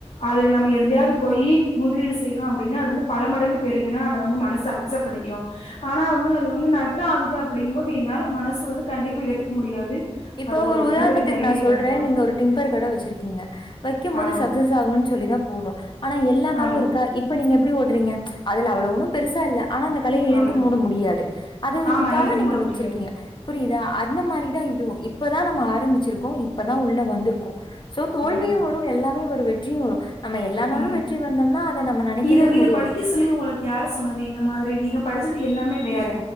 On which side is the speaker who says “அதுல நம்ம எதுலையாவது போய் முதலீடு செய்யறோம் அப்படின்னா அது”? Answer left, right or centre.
Left